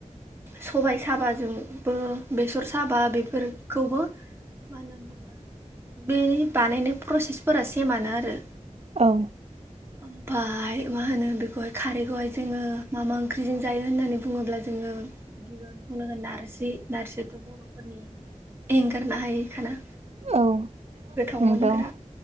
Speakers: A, on the right; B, on the right.
A: सबाय साबाजोंबो बेसर साबा बेफोरखौबो मा होनो बे बानायनाय प्रसेसफोरा सेमानो आरो।
B: औ।
A: ओमफफ्राय मा होनो बेखौहाय खारैखौहाय जोङो मा मा ओंख्रिजों जायो होननानै बुङोब्ला जोङो। गिबियावनो बुंनांगोन नारजि नारजियाथ' बर'फोरनि एंगारनो हायिखाना।
B: औ
A: गोथाव
B: नंगौ
A: मोनग्रा।